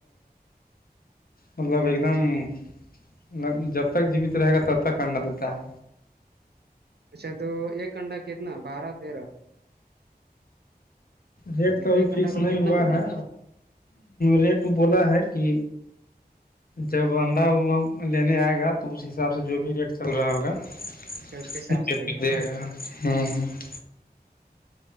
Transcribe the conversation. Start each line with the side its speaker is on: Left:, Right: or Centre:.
Left: مطلب ایک دم جب تک جیوت رہے گا تب تک انڈا دیتا ہے
Right: اچھا تو ایک کنڈہ کتنا بارہ تیرہ
Left: ریٹ
Right: یعنی
Left: تو ابھی
Right: ایک انڈا
Left: فکس
Right: کو
Left: نہیں
Right: کتنا
Left: ہوا
Right: بولا
Left: ہے ریٹ وہ بولا ہے کہ جب انڈا لینے آئے گا تو اس حساب سے جو بھی ریٹ چل رہا ہوگا <unintelligible>
Right: کیا اس کے حساب سے دے گا